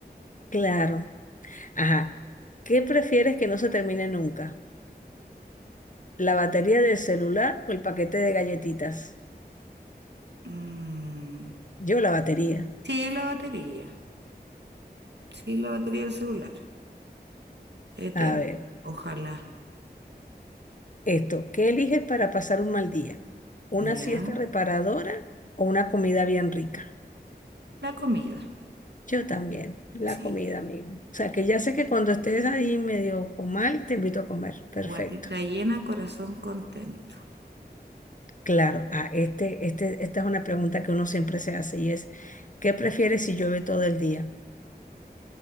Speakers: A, on the left; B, on the right.
A: Claro. Ajá. ¿Qué prefieres que no se termine nunca? ¿La batería del celular o el paquete de galletitas?
B: Mm,
A: Yo la batería.
B: sí, la batería. Sí, la batería del celular. Eterno.
A: A ver,
B: Ojalá.
A: esto, ¿qué eliges para pasar un mal día? ¿Una
B: Ya.
A: siesta reparadora o una comida bien rica?
B: La comida.
A: Yo también, la
B: Sí.
A: comida, amigo. O sea, que ya sé que cuando estés ahí medio con mal, te invito a comer. Perfecto.
B: Guatita llena, corazón contento.
A: Claro, ah, este, este, esta es una pregunta que uno siempre se hace y es, ¿qué prefieres si llueve todo el día?